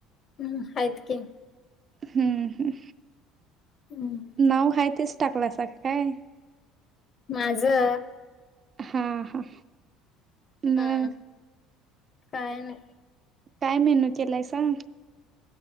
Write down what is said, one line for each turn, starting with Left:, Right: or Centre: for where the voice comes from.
Left: हम्म हायत की.
Right: हम्म हं.
Left: हम्म.
Right: नाव हाय तेच टाकलासा काय?
Left: माझं.
Right: हा हा. मग
Left: हा काय नाय.
Right: काय मेन्यू केलायसा?